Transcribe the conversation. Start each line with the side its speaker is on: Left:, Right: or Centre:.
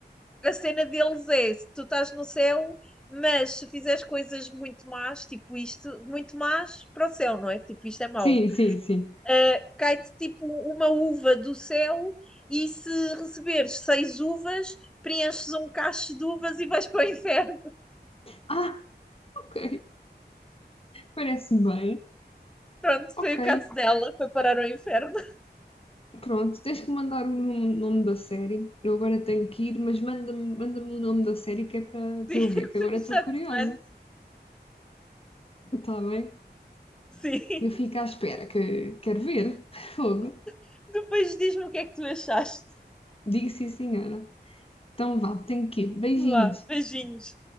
Centre: a cena deles é: se tu estás no céu, mas se fizeres coisas muito más, tipo isto, muito más para o céu, não é? Tipo, isto é mau.
Left: Sim, sim, sim.
Centre: Ah, cai-te tipo uma uva do céu e se receberes seis uvas, preenches um cacho de uvas e vais para o inferno.
Left: Ah, ok. Parece bem.
Centre: <laughs> Pronto,
Left: Ok.
Centre: foi o caso dela, foi parar ao inferno. <laughs>
Left: Pronto, tens que mandar o nome, nome da série. Eu agora tenho que ir, mas manda-me manda-me o nome da série que é para para
Centre: Sim,
Left: eu ver, que agora estou
Centre: já
Left: curiosa.
Centre: te mando.
Left: Está bem?
Centre: Sim.
Left: Eu fico à espera que quero ver. <laughs> Fogo.
Centre: <laughs> Depois diz-me o que é que tu achaste.
Left: Digo sim, senhora. Então vá, tenho que ir. Beijinhos.
Centre: Vá, beijinhos.